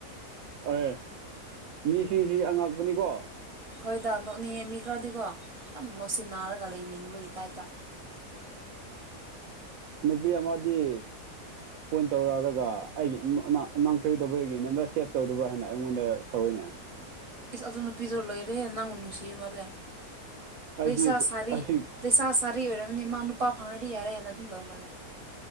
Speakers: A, on the right; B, on the right.
A: ꯑꯦ ꯃꯤꯁꯤꯡꯁꯤ ꯑꯉꯛꯄꯅꯤꯀꯣ
B: ꯍꯣꯏꯗ ꯅꯣꯛꯅꯤꯡꯉꯦ ꯃꯤ ꯈꯔꯗꯤꯀꯣ ꯌꯥꯝ ꯉꯣꯁꯤ ꯅꯥꯔꯒ ꯂꯩꯅꯤꯡꯕꯒꯤ ꯇꯥꯏꯞꯇ
A: ꯅꯨꯄꯤ ꯑꯃꯗꯤ ꯐꯣꯟ ꯇꯧꯔꯛꯔꯒ ꯑꯩꯒꯤ ꯅꯪ ꯀꯩꯗꯧꯕ ꯑꯩꯒꯤ ꯅꯝꯕꯔ ꯁꯦꯞ ꯇꯧꯗꯕ꯭ꯔꯥ ꯍꯥꯏꯅ ꯑꯩꯉꯣꯟꯗ ꯁꯧꯏꯅꯦ
B: ꯏꯁ ꯑꯗꯨ ꯅꯨꯄꯤꯗꯨ ꯂꯣꯏꯔꯦ ꯅꯪꯕꯨ ꯅꯨꯡꯁꯤꯌꯦ ꯃꯥꯜꯂꯦ
A: ꯑꯩꯗꯤ
B: ꯂꯩꯁꯥ ꯁꯥꯔꯤ
A: ꯑꯁꯤ
B: ꯂꯩꯁꯥ ꯁꯥꯔꯤ ꯑꯣꯏꯔꯝꯃꯅꯤ ꯃꯥ ꯅꯨꯄꯥ ꯐꯪꯉꯗꯤ ꯌꯥꯔꯦ ꯍꯥꯏꯅ ꯑꯗꯨꯝ ꯇꯧ ꯃꯥꯜꯂꯦ